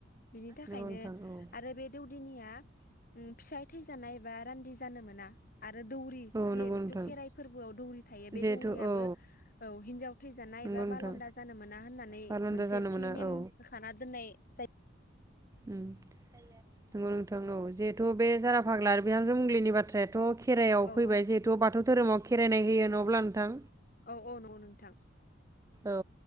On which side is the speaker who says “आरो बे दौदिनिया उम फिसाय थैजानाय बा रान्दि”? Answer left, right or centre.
Left